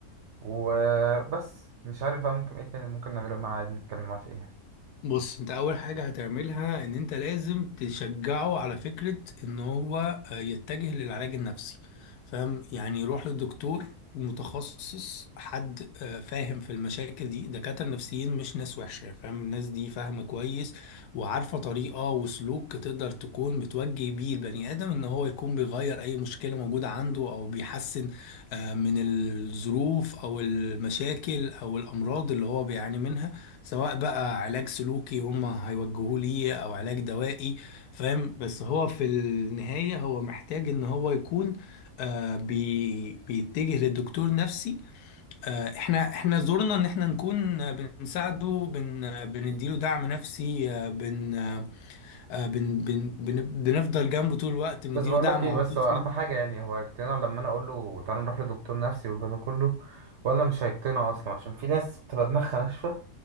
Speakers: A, on the right (about 65°); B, on the left (about 85°).
A: وبس مش عارف بقى ممكن ايه تاني ممكن نعمله معاه نتكلم معاه في ايه
B: بص انت اول حاجة هتعملها ان انت لازم تشجعه على فكرة ان هو آه، يتجه للعلاج النفسي فاهم يعني يروح للدكتور متخصص حد آه، فاهم في المشاكل دي دكاترة نفسيين مش ناس وحشة فاهم الناس دي فاهمة كويس وعارفة طريقة وسلوك تقدر تكون بتوجه بيه البني آدم ان هو يكون بيغير اي مشكلة موجودة عنده او بيحسن آه، من الظروف او المشاكل او الامراض اللي هو بيعاني منها سواء بقى علاج سلوكي هم هيوجهوه ليه او علاج دوائي فاهم بس هو في النهاية هو محتاج ان هو يكون آه بي بيتجه لدكتور نفسي آه احنا احنا زورنا ان احنا نكون آه، بنساعده بن آه، بنديله دعم نفسي آه بن آه بن بن بن بنفضل جنبه طول الوقت بنديله
A: بس بقول
B: دعم
A: لك ايه
B: عاطفي
A: بس هو اهم حاجه يعني هو هيقتنع لما انا اقول له تعالى نروح لدكتور نفسي والجو ده كله ولا مش هيقتنع اصلا عشان في ناس بتبقى دماغها ناشفه